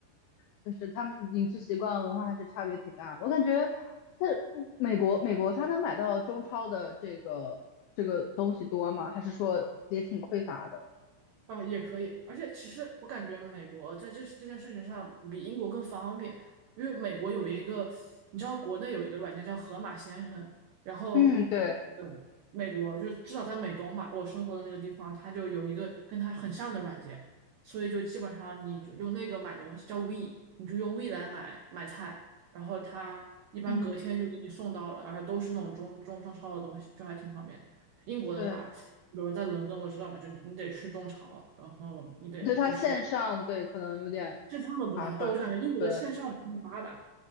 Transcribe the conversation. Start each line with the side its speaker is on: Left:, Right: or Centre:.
Left: 就是他们饮食习惯文化还是差别挺大的。我感觉在美国，美国他能买到中超的这个这个东西多吗？还是说也挺匮乏的？
Right: 啊，也可以，而且其实我感觉美国在这这件事情上比英国更方便，因为美国有一个，你知道国内有一个软件叫河马先生，然后，
Left: 嗯，对，
Right: 嗯，美国就至少在美东吧，我生活的那个地方，它就有一个跟它很像的软件，所以就基本上你就用那个买东西叫 We，你就用 We 来买买菜，然后它一般隔天就给你送到了，
Left: 嗯，
Right: 而且都是那种中中中超的东西，就还挺方便的。英国的话。
Left: 对，
Right: 比如在伦敦，我知道嘛，就你得去中朝，然后你得就是
Left: 对，它线上对可能有点
Right: 线上的不太好。
Left: 麻烦。
Right: 对，我就感觉英国的线上不太发达，
Left: 对，